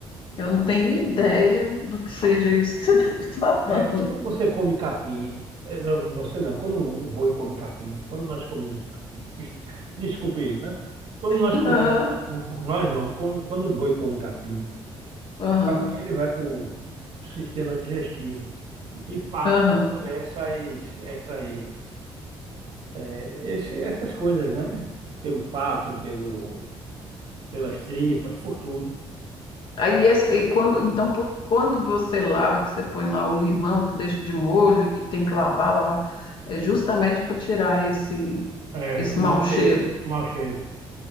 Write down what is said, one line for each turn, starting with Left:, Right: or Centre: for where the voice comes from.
Left: Eu não tenho ideia do que seja isso que você está <laughs> falando.
Right: É, quando você come capim, é, não, você não, quando o boi come capim, quando nós comemos capim Desculpe, né? Quando nós
Left: Não.
Right: comemos, o- nós não, quando, quando o boi come capim,
Left: Aham.
Right: capim ele vai para o sistema digestivo e passa
Left: Aham.
Right: por essas, essas, é, esse- essas coisas, né? Pelo fato, pelo, pelas tripas, por tudo.
Left: Aí, esse- e quando, então, por, quando você lava, que você põe lá o limão, que deixa de molho, que tem que lavar, lavar, é justamente para tirar esse,
Right: É,
Left: esse
Right: o mau
Left: mau cheiro.
Right: cheiro, o mau cheiro.